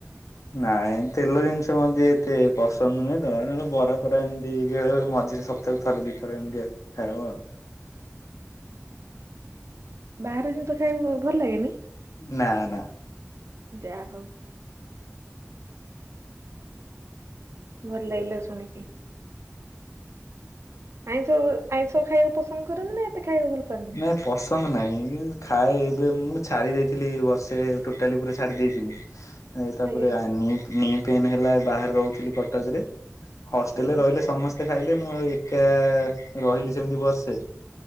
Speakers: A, on the left (about 85°); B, on the right (about 65°).
A: ନାଇଁ ତେଲ ଜିନିଷ ମଧ୍ୟ ଏତେ ପସନ୍ଦ ନୁହେଁ ତ ବରା ଫରା ଏମିତି ବେଳେ ବେଳେ ମଝିରେ ସ ତଥାବି ଥରେ ଦିଇ ଥରେ ଏମିତି ହେଉ ଆଉ
B: ବାହାର ଜିନିଷ ଖାଇବା କୁ ଭଲ ଲାଗେନି
A: ନା- ନା
B: ଯା ହଉ, ଭଲ ଲାଗିଲା ଶୁଣିକି ଆଇଁଷ ଆଇଁଷ ଖାଇବାକୁ ପସନ୍ଦ କରନ୍ତି ନା ଏତେ ଖାଇବାକୁ ଭଲ ପାଆନ୍ତିନି।
A: ନାଇଁ ପସନ୍ଦ ନାହିଁ ଖାଏ ଏବେ ମୁଁ ଛାଡ଼ି ଦେଇଥିଲି ବର୍ଷେ ଟୋଟାଲି ପୁରା ଛାଡ଼ି ଦେଇଥିଲି। ଏ ତାପରେ
B: ଆଜ୍ଞା
A: ନି ନି -ପେନ୍ ହେଲା ବାହାରେ ରହୁଥିଲି କଟକରେ ହଷ୍ଟେଲରେ
B: ଆଜ୍ଞା
A: ରହିଲେ ସମସ୍ତେ ଖାଇଲେ ମୁଁ ଏକା ରହିଲି ସେମିତି ବର୍ଷେ